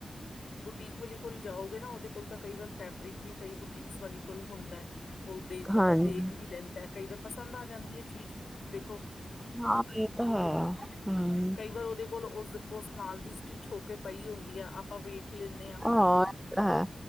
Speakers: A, on the left; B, in the centre.
A: ਬੁਟੀਕ ਵਾਲੀ ਕੋਲ ਜਾਓਗੇ ਨਾ ਉਹਦੇ ਕੋਲ ਤਾਂ ਕਈ ਵਾਰ ਫੈਬਰਿਕ ਵੀ ਕਈ ਬੁਟੀਕਸ ਵਾਲੀ ਕੋਲ ਹੁੰਦਾ ਹੈ ਉਹ ਦੇਖ ਬੰਦਾ
B: ਹਾਂਜੀ
A: ਦੇਖ ਵੀ ਲੈਂਦਾ ਕਈ ਵਾਰ ਪਸੰਦ ਆ ਜਾਂਦੀ ਹੈ ਚੀਜ਼ ਦੇਖੋ
B: ਹਾਂ ਇਹ ਤਾਂ ਹੈ ਹਮ
A: ਕਈ ਵਾਰ ਉਹਦੇ ਕੋਲ ਉਸ ਉਸ ਨਾਲ ਦੀ ਛ ਹੋ ਕੇ ਪਈ ਹੁੰਦੀ ਆ ਵੇਖ ਲੈਂਦੇ
B: ਹਾਂ ਤਾਂ ਹੈ